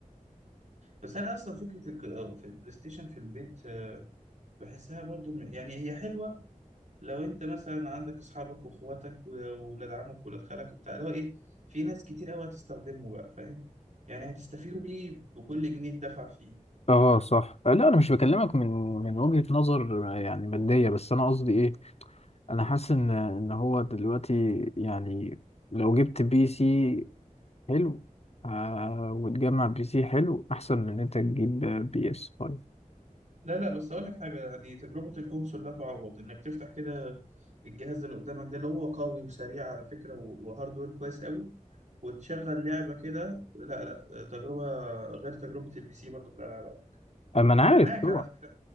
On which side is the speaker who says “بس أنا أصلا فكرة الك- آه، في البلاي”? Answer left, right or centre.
Right